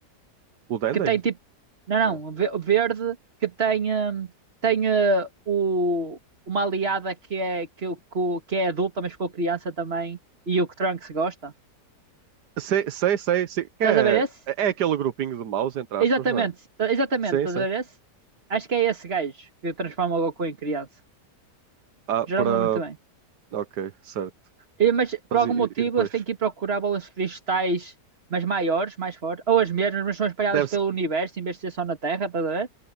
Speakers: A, on the right (about 75°); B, on the right (about 35°).
A: O Dende?
B: que tem tipo, não,
A: Não.
B: não, ve- verde que tem hum, tem eh, o uma aliada que é que, o- que, o- que é adulta, mas ficou criança também e o que Trunks gosta.
A: Sei, sei, sei, sei.
B: Estás
A: Que é,
B: a ver esse?
A: é aquele grupinho de maus, entre aspas,
B: Exatamente,
A: não é?
B: tá- exatamente,
A: Sim,
B: estás
A: sim.
B: a ver esse? Acho que é esse gajo que transforma o Goku em criança.
A: Ah,
B: Já
A: para.
B: não me lembro muito bem.
A: Ok, certo.
B: E- Mas por
A: Mas
B: algum
A: e, e-
B: motivo
A: e depois?
B: eles têm que ir procurar bolas de cristais, mas maiores, mais fortes, ou as mesmas, mas são espalhadas
A: Deve,
B: pelo
A: se-
B: universo em vez de ser só na Terra, estás a ver?